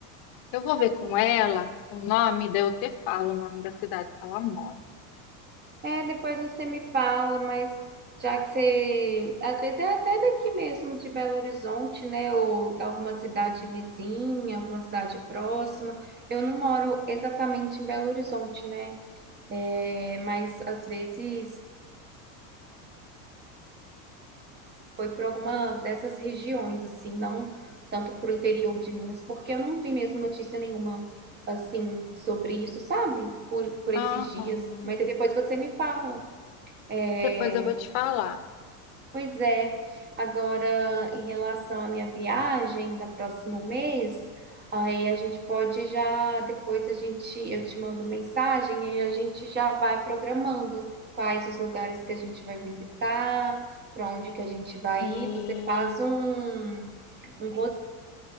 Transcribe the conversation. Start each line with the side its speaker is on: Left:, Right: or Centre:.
Left: eu vou ver com ela o nome, daí eu te falo o nome da cidade que ela mora.
Right: É, depois você me fala, mas já que você, às vezes é até daqui mesmo de Belo Horizonte, né, ou alguma cidade vizinha, alguma cidade próxima. Eu não moro exatamente em Belo Horizonte, né, é, mas às vezes foi para alguma dessas regiões, assim, não tanto para o interior de Minas, porque eu não vi mesmo notícia nenhuma, assim, sobre isso, sabe, por, por
Left: Aham.
Right: esses dias. Mas aí depois você me fala. É,
Left: Depois eu vou te falar.
Right: Pois é, agora em relação à minha viagem da próximo mês, aí a gente pode já, depois a gente, eu te mando mensagem e a gente já vai programando quais os lugares que a gente vai visitar, para onde que a gente vai
Left: Sim,
Right: ir. Você faz um, um